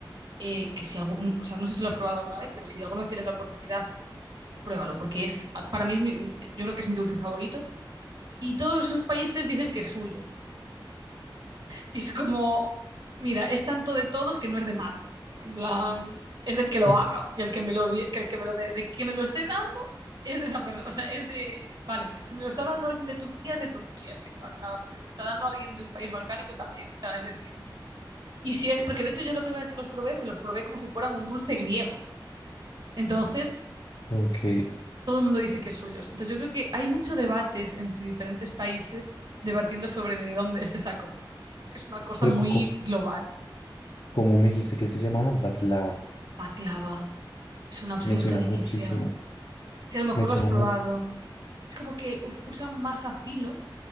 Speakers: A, on the right; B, on the left.
A: eh, que si algún, o sea, no sé si lo has probado alguna vez, pero si de alguna vez tienes la oportunidad, pruébalo, porque es, para mí es mi- yo creo que es mi dulce favorito. Y todos esos países dicen que es suyo. Y es como, mira, es tanto de todos que no es de nadie. En plan, es del que lo
B: Ah,
A: haga y el que me lo, die- que el que me lo dé. De que me lo esté dando es de esa persona. O sea, es de. Vale, si me lo está dando alguien de Turquía, es de Turquía, se aclara, pero si me lo está dando alguien de un país balcánico también. O sea, es decir. Y si es. Porque de hecho, yo la primera vez que los probé, me los probé como si fueran un dulce griego. Entonces,
B: Ok,
A: todo el mundo dice que es suyos. Entonces, yo creo que hay mucho debates entre diferentes países debatiendo sobre de dónde es esa comida. O sea, yo creo que es una cosa
B: pero
A: muy
B: co- co-
A: global.
B: como me dijiste que se llamaba Batlava,
A: Baklava. Es una absoluta
B: me suena
A: delicia.
B: muchísimo,
A: Si a lo mejor
B: me suena
A: lo has probado.
B: mucho,
A: Es como que us- usan masa filo,